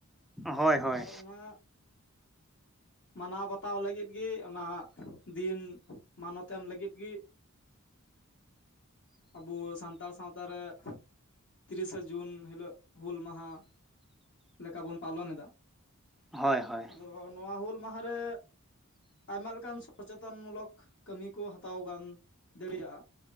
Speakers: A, in the centre; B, on the left.
A: ᱦᱳᱭ ᱦᱳᱭ
B: ᱟᱨ ᱚᱱᱟ ᱢᱟᱱᱟᱣ ᱵᱟᱛᱟᱣ ᱞᱟᱹᱜᱤᱫ ᱜᱮ ᱚᱱᱟ ᱫᱤᱱ ᱢᱟᱱᱚᱛ ᱮᱢ ᱞᱟᱹᱜᱤᱫ ᱜᱮ ᱟᱵᱚ ᱥᱟᱱᱛᱟᱲ ᱥᱟᱶᱛᱟ ᱞᱟᱛᱟᱨ ᱨᱮ ᱛᱤᱨᱤᱥᱮ ᱡᱩᱱ ᱦᱤᱞᱚᱜ ᱦᱩᱞ ᱢᱟᱦᱟ ᱞᱮᱠᱟ ᱵᱚᱱ ᱯᱟᱞᱚᱱ ᱮᱫᱟ
A: ᱦᱳᱭ ᱦᱳᱭ
B: ᱟᱫᱚ ᱱᱚᱣᱟ ᱦᱩᱞ ᱢᱟᱦᱟ ᱨᱮ ᱟᱭᱢᱟ ᱞᱮᱠᱟᱱ ᱥᱚᱪᱮᱛᱚᱱ ᱢᱩᱞᱚᱠ ᱠᱟᱹᱢᱤ ᱠᱚ ᱦᱟᱛᱟᱣ ᱜᱟᱱ ᱫᱟᱲᱮᱭᱟᱜᱼᱟ